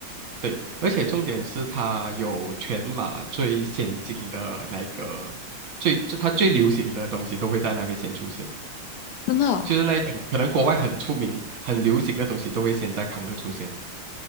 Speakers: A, on the right; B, on the left.
A: 对，而且重点是它有全马最先进的那个最，就它最流行的东西都会在那边先出现，
B: 真的哦，
A: 就是那一种可能国外很出名、很流行的东西都会先在康乐出现。